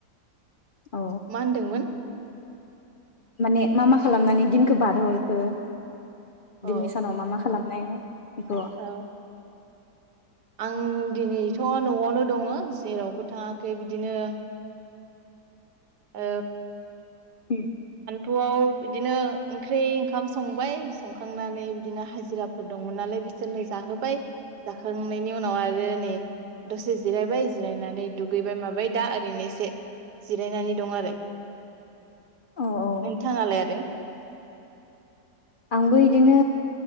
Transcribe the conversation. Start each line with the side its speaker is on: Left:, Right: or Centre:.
Left: औ
Right: मा होनदोंमोन?
Left: माने मा मा खालामनानै दिनखौ बारहरखो?
Right: औ
Left: दिनै सानाव मा मा खालामनाय? बेखौ
Right: औ आं दिनैथ' न'आवनो दङ जेरावबो थाङाखै बिदिनो औ।
Left: <unintelligible>
Right: न'आव बिदिनो ओंख्रि ओंखाम संबाय संखांनानै बिदिनो हाजिराफोर दंमोन नालाय बिसोरनो जाहोबाय जाखांनायनि उनाव आरो नै दसे जिरायबाय जिरायनानै दुगैबाय माबाय दा ओरैनोसे जिरायनानै दं आरो।
Left: औ औ
Right: नोंथाङालाय आरो?
Left: आंबो बिदिनो